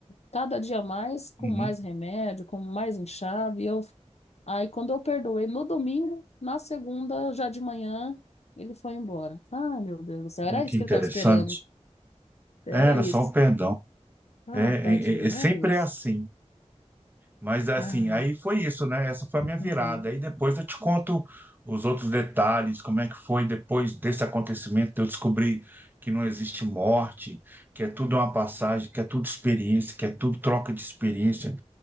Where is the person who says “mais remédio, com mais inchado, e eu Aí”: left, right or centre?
Left